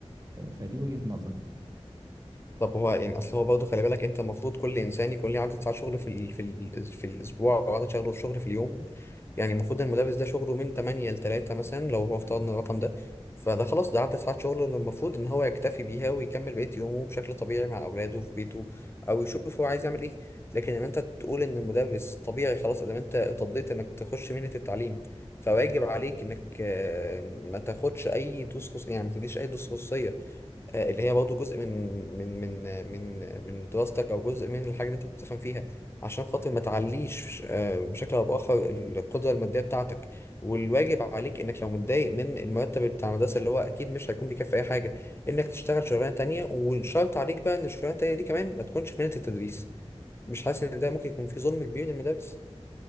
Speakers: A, on the right (about 30°); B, on the left (about 20°).
A: آه، فدي وجهة نظري
B: طب هو يعني اصل هو برضه خلي بالك انت المفروض كل انسان يكون ليه عدد ساعات شغل في ال... في ال... في الاسبوع او عدد شغله شغل في اليوم يعني المفروض المدرس ده شغله من 8 ل 3 مثلا لو هو افترضنا الرقم ده فده خلاص ده عدد ساعات شغله اللي المفروض ان هو يكتفي بيها ويكمل بقية يومه بشكل طبيعي مع اولاده في بيته او يشوف هو عايز يعمل ايه لكن ان انت تقول ان المدرس طبيعي خلاص ادام انت اتضيت انك تخش مهنة التعليم فواجب عليك انك آه، ما تاخدش اي دروس خصوصية يعني ما تديش اي دروس خصوصية آه، اللي هي برضه جزء من من من آه، من آه، من دراستك او جزء من الحاجه اللي انت بتفهم فيها عشان خاطر ما تعليش آه، بشكل او باخر القدره الماديه بتاعتك والواجب عليك انك لو متضايق من المرتب بتاع المدرسه اللي هو اكيد مش هيكون بيكفي اي حاجه انك تشتغل شغلانه تانية والشرط عليك بقى ان الشغلانه التانية دي كمان ما تكونش في مهنه التدريس مش حاسس ان ده ممكن يكون في ظلم كبير للمدارس